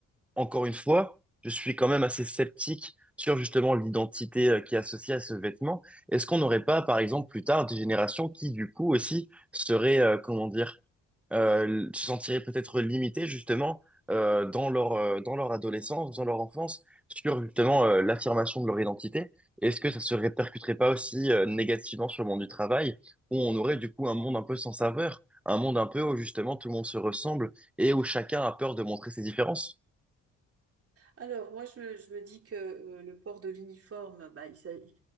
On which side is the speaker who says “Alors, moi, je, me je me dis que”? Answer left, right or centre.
Right